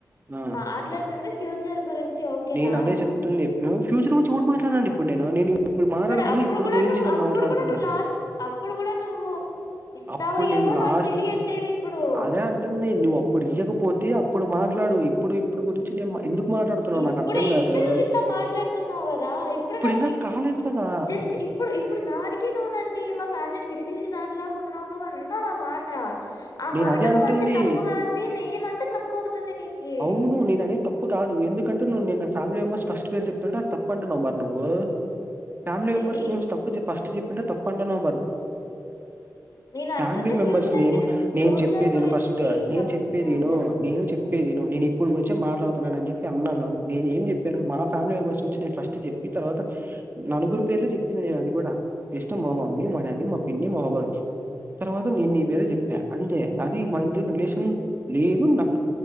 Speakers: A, on the right; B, on the left.
A: ఆ!
B: మాట్లాడుతుంది ఫ్యూచర్ గురించి ఓకేనా
A: నేనదే చెప్తుంది. హ్మ్. ఫ్యూచర్ నుంచి ఎవరు మాట్లాడమన్నారు ఎప్పుడు నేను నిన్ను ఇప్పుడు మాట్లాడుతుంది
B: సరే అప్పుడు
A: ఇప్పుడు
B: కూడా
A: గురించి
B: నువ్వు
A: నేను
B: అప్పుడు
A: మాట్లాడుతనా
B: కూడా నువ్వు లాస్ట్ అప్పుడు కూడా నువ్వు ఇస్తావో
A: అప్పుడు
B: ఇయ్యవో
A: నేను లాస్ట్
B: నాకు తెలియట్లేదు ఇప్పుడు
A: అదే అంటుంది నేను నువ్వు అప్పుడు ఇయ్వకపోతే ఇప్పుడు మాట్లాడు ఇప్పుడు ఇప్పుడు గురించి నేను ఎందుకు మాట్లాడుతున్నావు
B: ఇప్పుడే
A: నాకు అర్థం కాదు.
B: ఇప్పుడే నువ్వు ఇట్లా మాట్లాడుతున్నావు కదా ఇప్పుడు నప్పు
A: ఇంకా కాలేదు కదా!
B: జస్ట్ ఇప్పుడు ఇప్పుడు దానికి నువ్వు నన్నీ మా ఫ్యామిలీని విడదీసి దాంలాకు ఉన్నావు అన్నావా మాట ఆ
A: నేను
B: మాట
A: అదే అంటుంది.
B: నువ్వ అంటే తప్పుగా అంది నేన అంటే తప్పు అవుతుంది నీకి
A: అవును నను అనే తప్పు కాదు ఎందుకు అంటే నువ్వున్న నా ఫ్యామిలీ మెంబర్స్ ఫస్ట్ పేరు చెప్తుంటే అ తప్పంటున్నావ్ నువ్వు ఫ్యామిలీ మెంబర్షిప్
B: ఏంది
A: తప్పు ఫస్ట్ చెప్పంట తప్పంటానే
B: నేను
A: ఫ్యామిలీ
B: అంటుంది
A: మెంబర్స్
B: ఫ్యూచర్
A: నేమ్
B: కి
A: నేను
B: ఫ్యూచర్
A: చెప్పేదిను
B: గురించి
A: ఫస్ట్ నేను
B: చెప్
A: చెప్పేదిను
B: ఆ చెప్పు
A: నేను చెప్ప చెప్పే ఇను ఇప్పుడు గురించి మాట్లాడుతున్నాను అని చెప్పి అన్నాను నేను ఏం చెప్పాను మా ఫ్యామి మెంబర్స్ గురించి నేను ఫస్ట్ చెప్పి తర్వాత నలుగురు పేర్లు చెప్పింది నేను అది కూడా ఇస్తం మా మమ్మీ మా డాడి మా పిన్ని మా బాబాయ్ తర్వాత నీ పేరు చెప్పా అంతే అది మా ఇంటి రిలేషన్ లేదు నాకు